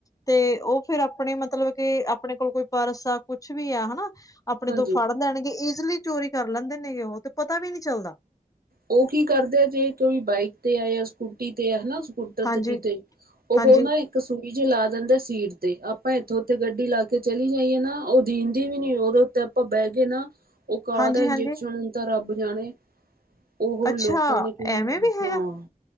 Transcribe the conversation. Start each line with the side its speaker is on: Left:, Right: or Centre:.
Left: 'ਤੇ ਉਹ ਫੇਰ ਆਪਣੇ ਮਤਲਬ ਕੇ ਆਪਣੇ ਕੋਲ ਕੋਈ ਪਰਸ ਆ ਕੁਛ ਵੀ ਆ ਹਨਾ ਆਪਣੇ
Right: ਹਾਂਜੀ
Left: ਤੋਂ ਫੜ ਲੈਣਗੇ ਈਜ਼ਲੀ ਚੋਰੀ ਕਰ ਲੈਂਦੇ ਨੇਗੇ ਉਹ 'ਤੇ ਪਤਾ ਵੀ ਨੀ ਚੱਲਦਾ।
Right: ਉਹ ਕੀ ਕਰਦੇ ਆ ਜੇ ਕੋਈ ਬਾਈਕ 'ਤੇ ਆ ਜਾਂ ਸਕੂਟੀ 'ਤੇ ਆ ਹਨਾ ਜੀ। ਟੱਚ
Left: ਹਾਂਜੀ।
Right: ਕੀਤੇ 'ਤੇ
Left: ਹਾਂਜੀ,
Right: ਫੇਰ ਨਾ ਇ ਕ ਸੂਈ ਜੀ ਲਾ ਦਿੰਦੇ ਸੀਟ 'ਤੇ ਆਪਾਂ ਇੱਥੋਂ ਉੱਥੇ ਗੱਡੀ ਲਾ ਕੇ ਚਲੀ ਜਾਈਏ ਨਾ ਉਹ ਦੀਂਦੀ ਵੀ ਨੀ ਉਦੋਂ 'ਤੇ ਆਪਾਂ ਬਹਿ ਗਏ ਨਾ ਉਹ ਕਾਹ
Left: ਹਾਂਜੀ,
Right: ਦਾ ਇੰਜੈਕਸ਼ਨ
Left: ਹਾਂਜੀ।
Right: ਤਾਂ ਰੱਬ ਜਾਣੇ। ਉਹ
Left: ਅੱਛਾ,
Right: ਲੋਕਾਂ ਨੇ ਕਿਉ,
Left: ਐਵੇਂ ਵੀ ਹੈਗਾ?
Right: ਹਾਂ।